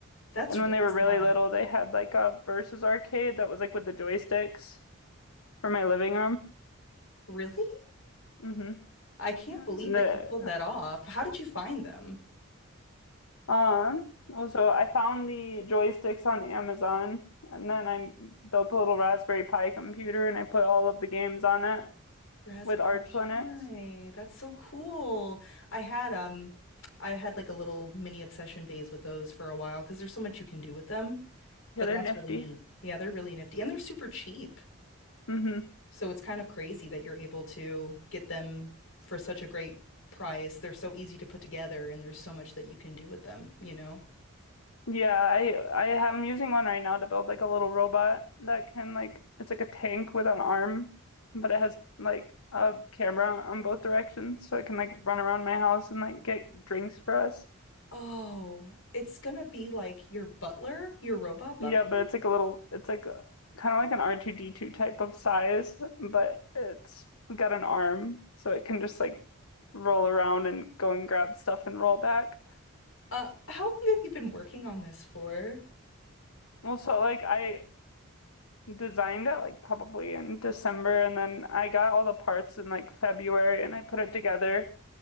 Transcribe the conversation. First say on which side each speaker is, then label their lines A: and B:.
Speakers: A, on the left (about 65°); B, on the left (about 80°).
A: That's
B: And
A: really
B: when they were
A: smart.
B: really little, they had like a versus arcade that was like with the joysticks for my living room.
A: Really?
B: hmm
A: I can't believe
B: The
A: that you pulled that off. How did you find them?
B: um also I found the joysticks on Amazon and then I built a little Raspberry Pi computer and I put all of the games on it
A: Raspberry
B: with Arch
A: Pi.
B: Linux.
A: That's so cool. I had um I had like a little mini obsession phase with those for a while because there's so much you can do with them.
B: Yeah,
A: But
B: they're
A: that's
B: nifty.
A: really neat. Yeah, they're really nifty and they're super cheap.
B: hmm
A: So it's kind of crazy that you're able to get them for such a great price. They're so easy to put together and there's so much that you can do with them, you know?
B: Yeah, I I am using one right now to build like a little robot that can like it's like a tank with an arm, but it has like a camera on both directions so it can like run around my house and like get drinks for us.
A: Oh, it's gonna be like your butler, your robot butler.
B: Yeah, but it's like a little, it's like a, kind of like an R2D2 type of size, but it's got an arm, so it can just like roll around and go and grab stuff and roll back.
A: Uh, how long have you been working on this for?
B: Well, so like I designed it like probably in December, and then I got all the parts in like February and I put it together.